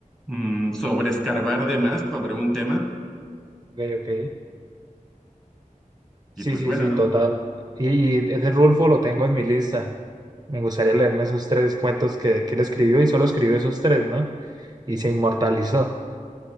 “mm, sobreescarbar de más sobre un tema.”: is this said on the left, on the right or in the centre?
Centre